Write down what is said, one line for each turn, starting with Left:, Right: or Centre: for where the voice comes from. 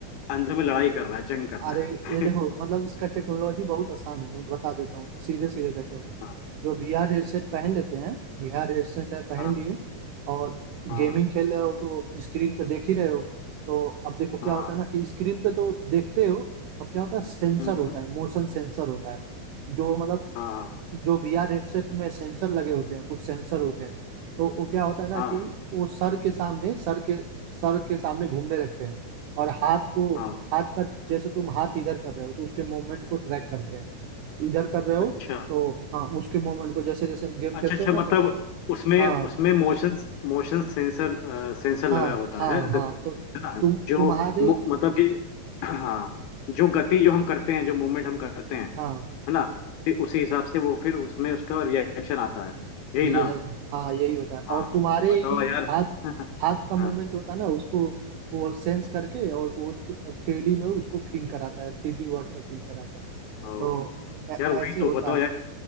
Left: अंदर में लड़ाई कर रहा है जंग कर
Right: अरे
Left: रहा
Right: ये देखो
Left: है
Right: मतलब इसका टेक्नोलॉजी बहुत आसान है मैं बता देता हूँ सीधे सीधे कैसे होता है
Left: <laughs> हाँ
Right: जो VR हेडसेट पहन लेते हैं VR हेडसेट है पहन
Left: हाँ
Right: लिए और
Left: हाँ
Right: गेमिंग
Left: हाँ
Right: खेल रहे हो तो स्क्रीन पे देख ही रहे हो तो अब देखो क्या
Left: हाँ
Right: होता है ना कि स्क्रीन पे तो देखते हो अब क्या होता है सेंसर
Left: हाँ,
Right: होता है मोशन सेंसर होता है जो मतलब
Left: हाँ
Right: जो वीआर हेडसेट में सेंसर लगे होते हैं कुछ सेंसर होते हैं तो वो क्या होता है ना
Left: हाँ
Right: कि वो सर के सामने सर के सर के सामने घूमने लगते हैं और हाथ को
Left: हाँ
Right: हाथ का जैसे तुम हाथ इधर कर रहे हो तो उसके मूवमेंट को ट्रैक करते हैं इधर कर रहे हो
Left: अच्छा
Right: तो हाँ उसके मूवमेंट को जैसे जैसे हम गेम खेलते
Left: अच्छा अच्छा
Right: हो ना
Left: मतलब
Right: तब
Left: उसमें
Right: हाँ
Left: उसमें मोशन मोशन सेंसर सेंसर
Right: हाँ
Left: लगा होता
Right: हाँ
Left: है गति
Right: हाँ तो
Left: है ना
Right: तुम
Left: जो
Right: तुम्हारे
Left: मु- मतलब कि हाँ जो गति जो हम करते हैं जो मूवमेंट हम करते हैं है
Right: हाँ
Left: ना फिर उसी हिसाब से वो फिर उसमें उसका रिएक्शन आता है यही
Right: रियलाइज
Left: ना
Right: हाँ यही होता है
Left: हाँ
Right: और तुम्हारे
Left: बताओ
Right: ही
Left: यार
Right: हाथ
Left: <laughs>
Right: हाथ का मूवमेंट
Left: हाँ
Right: होता है ना उसको वो सेंस करके और वो थ्री डी में उसको फील कराता है थ्री डी वर्ल्ड का फील कराता है
Left: ओ
Right: तो ऐ-
Left: यार वही
Right: ऐसे
Left: तो
Right: होता
Left: बताओ
Right: है
Left: यार